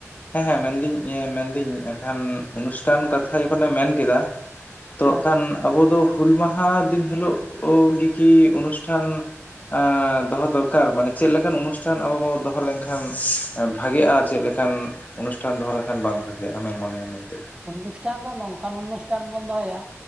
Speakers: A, on the left (about 30°); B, on the right (about 20°).
A: ᱦᱮᱸ ᱦᱮᱸ ᱢᱮᱱᱫᱟᱹᱧ ᱢᱮᱱᱫᱟᱹᱧ ᱮᱠᱷᱟᱱ ᱚᱱᱩᱥᱴᱷᱟᱱ ᱠᱟᱛᱷᱟᱹ ᱡᱚᱠᱷᱚᱱᱮᱢ ᱢᱮᱱ ᱠᱮᱫᱟ ᱛᱚᱜ
B: ᱦᱚᱸ
A: ᱠᱷᱟᱱ ᱟᱸᱵᱚ ᱫᱚ ᱦᱩᱞ ᱢᱟᱦᱟᱸ ᱫᱤᱱ ᱦᱤᱞᱳᱜ ᱜᱮᱠᱤ ᱚᱱᱩᱥᱴᱷᱟᱱ ᱟᱻ ᱫᱚᱦᱚ ᱫᱚᱨᱠᱟᱨ ᱢᱟᱱᱮ ᱪᱮᱜ ᱞᱮᱠᱟᱱ ᱚᱱᱩᱥᱴᱷᱟᱱ ᱟᱵᱚ ᱵᱚ ᱫᱚᱦᱚ ᱞᱮᱱᱠᱷᱟᱱ ᱵᱷᱟᱜᱮᱜᱼᱟ ᱪᱮᱜ ᱞᱮᱠᱟᱱ ᱚᱱᱩᱥᱴᱷᱟᱱ ᱫᱚᱦᱚ ᱞᱮᱠᱷᱟᱱ ᱵᱟᱝ‌ ᱵᱷᱟᱜᱮᱜᱼᱟ ᱟᱢᱮᱢ ᱢᱚᱱᱮᱭᱟ ᱢᱮᱱᱛᱮ
B: ᱚᱱᱩᱥᱴᱷᱟᱱ ᱫᱚ ᱱᱚᱝᱠᱟᱱ ᱚᱱᱩᱥᱴᱷᱟᱱ ᱵᱚᱱ ᱫᱚᱦᱚᱭᱼᱟ